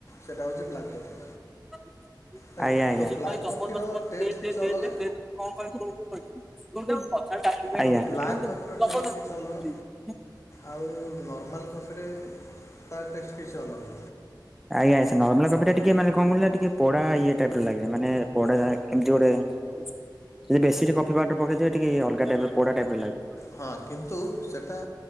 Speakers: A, on the left; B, in the centre.
A: ସେଇଟା ହେଉଛି ବ୍ଲାକ୍ କଫି।
B: ଆଜ୍ଞା
A: ହେଲା ତ ବ୍ଲାକ୍ କଫିର
B: ଆଜ୍ଞା
A: ଟେଷ୍ଟ କିଛି ଅଲଗା
B: <unintelligible> ଆଜ୍ଞା
A: ତ ବ୍ଲାକ୍
B: <unintelligible>
A: କଫିର ଟେଷ୍ଟ କିଛି ଅଲଗା ଆଉ ନର୍ମାଲ୍ କଫିରେ ତା ଟେଷ୍ଟ୍ କିଛି ଅଲଗା।
B: ଆଜ୍ଞା ସେ ନର୍ମାଲ୍ କଫି ଟା ଟିକେ ମାନେ କଣ କହିଲ ଟିକେ ପୋଡା ଇଏ ଟାଇପ୍ ର ଲାଗେ, ମାନେ ପୋଡାକା କେମତି ଗୋଟେ ଯଦି ବେଶୀ ଟିକେ କଫି ପାଉଡର୍ ପକେଇ ଦେବେ ଟିକେ ଏ ଅଲଗା ଟାଇପ୍ ର ପୋଡା ଟାଇପ୍ ର ଲାଗେ।
A: ହଁ କିନ୍ତୁ ସେଟା